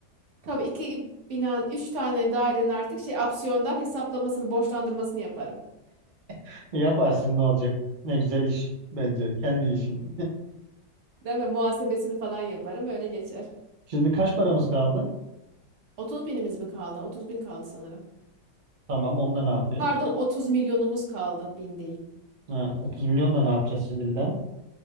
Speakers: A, on the right; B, on the right.
A: Tabii iki binan, üç tane dairenin artık şey opsiyondan hesaplamasını, borçlandırmasını yaparım.
B: <laughs> Yaparsın ne olacak? Ne güzel iş bence. Kendi işin.
A: Değil mi? Muhasebesini falan yaparım. Öyle geçer.
B: Şimdi kaç paramız kaldı?
A: 30 binimiz mi kaldı? 30 bin kaldı sanırım.
B: Tamam, onunla ne yapıyoruz?
A: Pardon 30 milyonumuz kaldı. Bin değil.
B: Ha, 30 milyonla ne yapacağız şimdi bir daha?